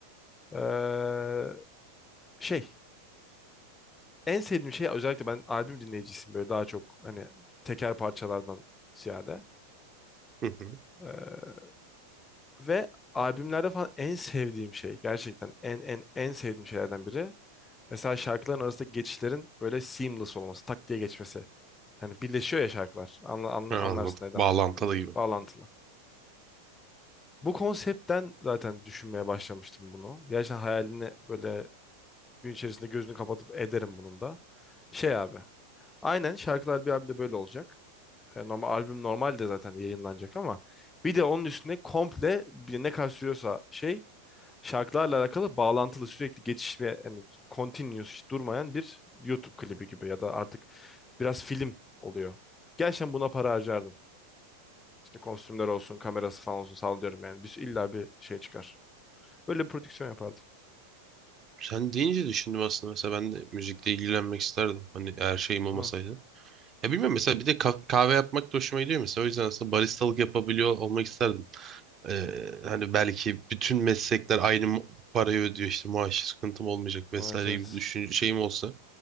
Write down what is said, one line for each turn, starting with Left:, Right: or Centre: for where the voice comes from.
Left: Eee, şey, en sevdiğim şey özellikle ben albüm dinleyicisiyim böyle daha çok hani teker parçalardan ziyade.
Right: Hı hı.
Left: Eee, ve albümlerde falan en sevdiğim şey gerçekten en en en sevdiğim şeylerden biri Mesela şarkıların arasındaki geçişlerin böyle seamless olması, tak diye geçmesi. Hani birleşiyor ya şarkılar. Anla, anla-
Right: Ha, anladım.
Left: anlarsın neden
Right: Bağlantılı
Left: bahsettiğimi.
Right: gibi.
Left: Bağlantılı. Bu konseptten zaten düşünmeye başlamıştım bunu. Gerçekten hayalini böyle gün içerisinde gözünü kapatıp ederim bunun da. Şey abi. Aynen şarkılar bir albümde böyle olacak. E, normal albüm normalde zaten yayınlanacak ama bir de onun üstüne komple bir ne kadar sürüyorsa şey şarkılarla alakalı bağlantılı sürekli geçiş ve hani continuous hiç durmayan bir YouTube klibi gibi ya da artık biraz film oluyor. Gerçekten buna para harcardım. İşte kostümler olsun, kamerası falan olsun sallıyorum yani. Biz illa bir şey çıkar. Böyle bir prodüksiyon yapardım.
Right: sen deyince düşündüm aslında mesela ben de müzikle ilgilenmek isterdim. Hani eğer şeyim olmasaydı.
Left: Değil mi?
Right: Ya bilmiyorum mesela bir de ka- kahve yapmak da hoşuma gidiyor mesela. O yüzden aslında baristalık yapabiliyor olmak isterdim. Ee, hani belki bütün meslekler aynı mu- parayı ödüyor işte maaş sıkıntım olmayacak vesaire
Left: Evet evet.
Right: gibi düşün şeyim olsa.